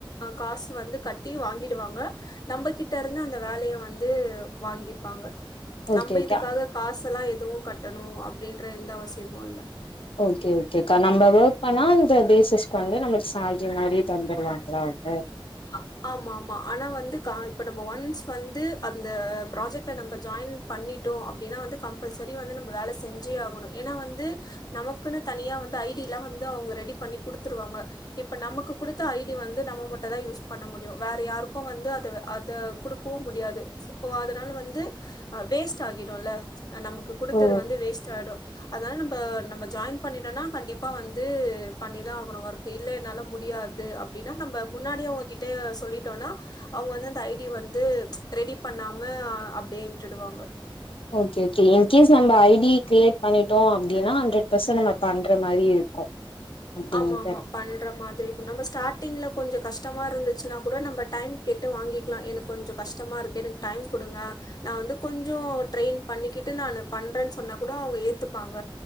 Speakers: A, on the left; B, on the left.
A: காசு வந்து கட்டி வாங்கிடுவாங்க நம்மகிட்ட இருந்து அந்த வேலைய வந் து வாங்கிப்பாங்க
B: ஓகே
A: நம்ப
B: ஓகே
A: இதுக்காக காசெல்லா எதுவு கட்ட னு அப்டின்ற எந்த அவசியமு இல்ல
B: ஓகே ஓகேக்கா நம்ப ஒர்க் பண்ணா அந்த பேசிஸ்க்கு வந்து நம்மளுக்கு சேல்ரி மாரி தந்துருவாங்களா அவுங்க
A: ஆ ஆமா ஆமா ஆனா வந்து கா இப்ப நம்ம ஒன்ஸ் வந்து அந்த பிராஜெக்ட்ல நம்ம ஜாயின் பண்ணிட்டோ அப்டின்னா வந்து கம்பல்சரி வந்து நம்ப வேலை செஞ்சே ஆகணு ஏன்னா வந்து நமக்குன்னு தனியா வந்து ஐடில்லா வந்து அவுங்க ரெடி பண்ணி குடுத்துருவாங்க இப்ப நமக்கு குடுத்த ஐடி வந்து நம்ம மட்டுந்தா யூஸ் பண்ண முடியு வேற யாருக்கு வந்து அத அத குடுக்கவு முடியாது இப்போ அதனால வந்து வேஸ்ட் ஆகிடுல்ல ஆ நமக்கு குடுத்தது
B: ஓ
A: வந்து வேஸ்ட் ஆயிடு அதனால நம்ப நம்ப ஜாயின் பண்ணிடோன்னா கண்டிப்பா வந்து பண்ணிதா ஆகணு ஒர்க் இல்ல என்னால முடியாது அப்டின்னா நம்ப முன்னாடியே அவுங்க கிட்ட சொல்லிட்டோன்னா அவுங்க வந்து அந்த ஐடி வந்து ரெடி பண்ணாம அப்டியே விட்டுடுவாங்க
B: ஓகே ஓகே இன்கேஸ் நம்ம ஐடி கிரியேட் பண்ணிட்டோ அப்டின்னா ஹண்டர்ட் பர்சன்ட் நம்ம பண்ற மாரி இருக்கு அப்டின்ட்டு
A: ஆமா ஆமா பண்ற மாதிரி இருக்கு நம்ம ஸ்டார்ட்டிங்ல கொஞ்சோ கஷ் டமா இருந்துச்சின்னா கூட நம்ம டைம் கேட்டு வாங்கிக்கலா எனக்கு கொஞ்சோ கஷ்டமா இருக்கு எனக்கு டைம் குடுங்க நா வந்து கொஞ்சோ ட்ரெயின் பண்ணிக்கிட்டு நானு பண்றேன்னு சொன்னா கூட அவுங்க ஏத்துப்பாங்க